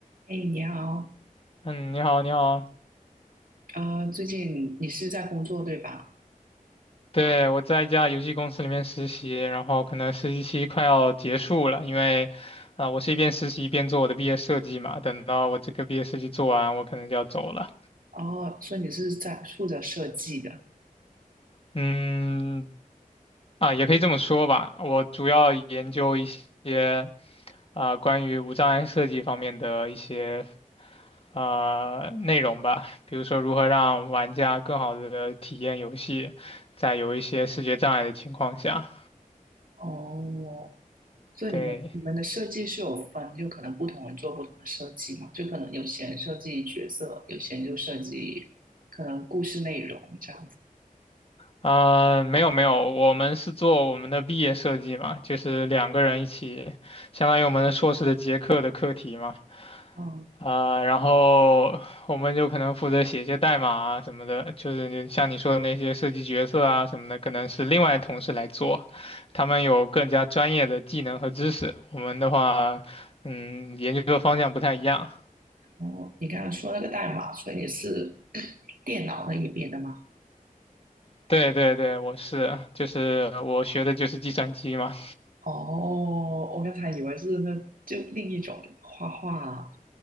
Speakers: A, on the right; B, on the left.
A: 哎，你好，
B: 嗯，你好，你好，
A: 呃，最近你是在工作对吧？
B: 对，我在一家游戏公司里面实习，然后可能实习期快要结束了，因为，啊、我是一边实习一边做我的毕业设计嘛，等到我这个毕业设计做完，我可能就要走了。
A: 哦，所以你是在负责设计的。
B: 嗯，啊，也可以这么说吧，我主要研究一些啊、关于无障碍设计方面的一些呃内容吧，比如说如何让玩家更好的体验游戏，在有一些视觉障碍的情况下，
A: 哦，所以你们你们的设计是有分，
B: 对。
A: 就可能不同人做不同的设计嘛，就可能有些人设计角色，有些人就设计可能故事内容这样子。
B: 啊、没有没有，我们是做我们的毕业设计嘛，就是两个人一起，相当于我们的硕士的结课的课题嘛。
A: 嗯，
B: 啊、然后我们就可能负责写一些代码啊什么的，就是你像你说的那些设计角色啊什么的，可能是另外同事来做，他们有更加专业的技能和知识。我们的话，嗯，研究的方向不太一样。
A: 哦，你刚刚说那个代码，所以你是 <clears throat> 电脑那一边的吗？
B: 对对对，我是，就是我学的就是计算机嘛。
A: 哦，我刚才以为是那就另一种画画啊